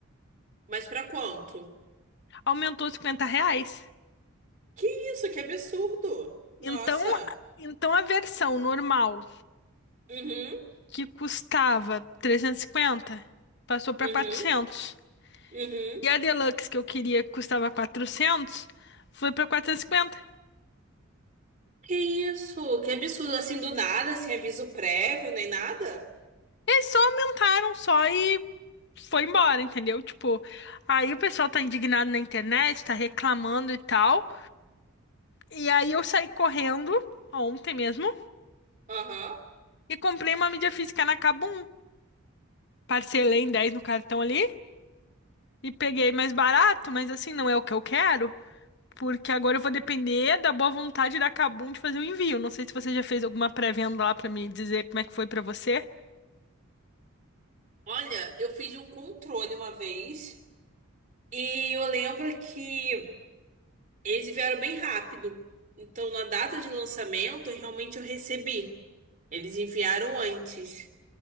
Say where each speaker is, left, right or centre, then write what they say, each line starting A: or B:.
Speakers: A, on the right (about 40°); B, on the left (about 55°).
A: Mas pra quanto?
B: Aumentou cinquenta reais.
A: Que isso, que absurdo. Nossa.
B: Então, então a versão normal,
A: Uhum,
B: que custava trezentos e cinquenta passou para
A: uhum,
B: quatrocentos
A: uhum.
B: E a Deluxe, que eu queria, que custava quatrocentos foi para 450.
A: Que isso, que absurdo. Assim, do nada, sem aviso prévio, nem nada.
B: Eles só aumentaram só e foi embora, entendeu? Tipo, aí o pessoal tá indignado na internet, tá reclamando e tal. E aí eu saí correndo, ontem mesmo,
A: Aham.
B: e comprei uma mídia física na Kabum. Parcelei em 10 no cartão ali e peguei mais barato, mas assim, não é o que eu quero. Porque agora eu vou depender da boa vontade da Kabum de fazer o envio. Não sei se você já fez alguma pré-venda lá pra me dizer como é que foi pra você.
A: Olha, eu fiz um controle uma vez e eu lembro que eles vieram bem rápido. Então, na data de lançamento, realmente eu recebi. Eles enviaram antes.